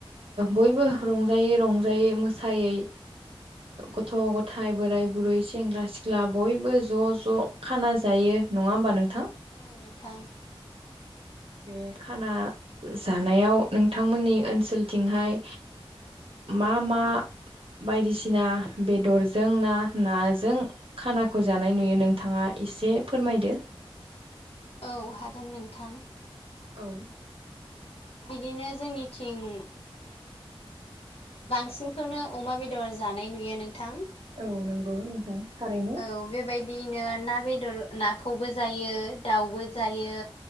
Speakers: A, on the right; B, on the left.
A: बयबो रंजायै रंजायै मोसायै गथ' गथाय बोराय बुरै सेंग्रा सिख्ला। सिख्ला बयबो ज' ज' खाना जायो नङा होमबा नों
B: औ नोंथां।
A: बे खाना जानायाव नोंथांमोननि ओनसोलथिंहाय। मा मा बायदिसिना बेदरजों ना नाजों खानाखौ जानाय नुयो नोंथाङा। एसे फोरमायदो
B: औ हागोन नोंथां।
A: औ
B: बिदिनो जोंनिथिं बांसिनखौनो अमा बेदर जानाय नुयो नोंथां।
A: औ नंगौ नोंथां। थारैनो
B: औ बेबायदिनो ना बेदर नाखौबो जायो दाउबो जायो।